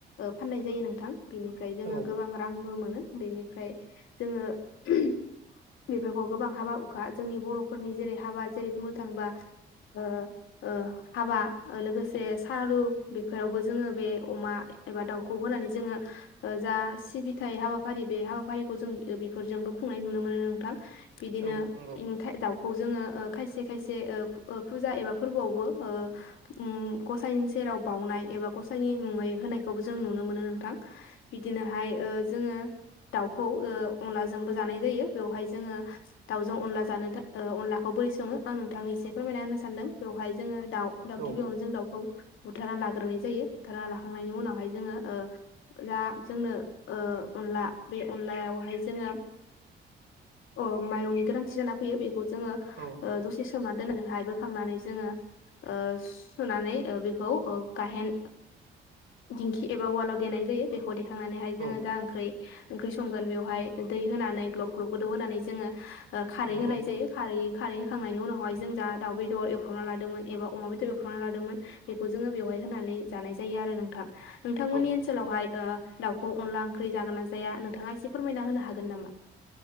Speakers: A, on the left; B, on the right.
A: फाननाय जायो नोंथां। बिनिफ्राय जोङो
B: औ
A: गोबां रांबो मोनो। बिनिफ्राय जोङोफोरखौ गोबां हाबा खा जोंनि बर'फोरनि जेरै हाबा जेरै बुंनो थाङोबा ओ ओ हाबा लोगोसे सारादु बेफोरावबो जोङो बे अमा एबा दाउ खौ होनानै ओ जा सिबि फिथाइ हाबाफारि बे हाबाफारिखौ जों बेफोरजोंबो खुंनाय नुनो मोनो नोंथां। बिदिनो
B: औ नंगौ।
A: दाउखौ जोङो ओ खायसे खायसे ओ फुजा एबा फोरबोआवबो ओ उम गसाइनि सेराव बाउनाय ओ एबा गसाइनि मुङै होनायखौबो जों नुनो मोनो नोंथां बिदिनोहाय ओ जोङो दाउखौ ओ अनलाजोंबो जानाय जायो। बेवहाय जोङो दाउ जों अनला जानो अनलाखौ बोरै सङो आं नोंथांनि एसे फोरमायना होनो सानदों बेवहाय जोङो। दाउ दाउ
B: औ
A: गिबियावनो जों दाउखौ बुथारना लाग्रोनाय जायो बुथारना लाखांनायनि उनावहाय जोङो ओ जा जोंनो ओ अनला बे अनलायावहाय जोङो अ माइरंनि गोनांथि जानानै फैयो बेखौ जों जों
B: औ
A: ओ दसे सोमना दोननानै हाय बोखांनानै जोङो ओ सुनानै ओ बेखौ ओ गाहेन दिंखि एबा उवालाव देनाय जायो बेखौ दे थांनानैहाय जोङो
B: औ
A: जा ओंख्रै ओंख्रि संगोन बेवहाय दै होनानै ग्लब ग्लब गोदौ होनानै जोङो। ओ खारै
B: नंगौ
A: होनाय जायो खारै खारै होखांनायनि उनावहाय जों जा दाउ बेदर एवफ्र्रावना लादोंमोन एबा अमा बेदर एवफ्र्रबना लादोंमोन बेखौ जोङो बेवहाय होनानै जानाय जायो आरो नोंथां। नोंथांमोननि
B: औ
A: ओनसोलावहाय ओ दाउखौ अनला ओंख्रि जागोन ना जाया नोंथाङा एसे फोरमायना होनो हागोन नामा?